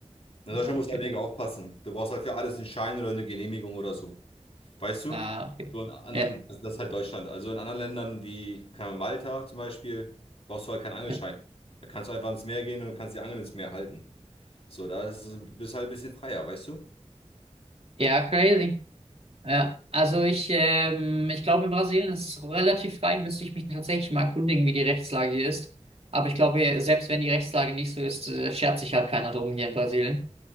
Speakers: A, on the left (about 60°); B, on the right (about 60°).
A: In
B: Ah,
A: Deutschland musst
B: okay.
A: du halt mega aufpassen. Du brauchst halt für alles einen Schein oder eine Genehmigung oder so. Weißt du?
B: Ah, okay.
A: So in anderen,
B: Ja,
A: also das ist halt Deutschland. Also in anderen Ländern wie keine Ahnung, Malta zum Beispiel, brauchst du halt keinen Angelschein.
B: ja,
A: Da kannst du einfach ins Meer gehen und kannst die Angel ins Meer halten. So, da ist, bist du halt ein bisschen freier, weißt du?
B: ja, crazy. Ja, also ich, ähm, ich glaube, in Brasilien ist es relativ frei, müsste ich mich tatsächlich mal erkundigen, wie die Rechtslage hier ist. Aber ich glaube, selbst wenn die Rechtslage nicht so ist, äh, schert sich halt keiner drum hier in Brasilien.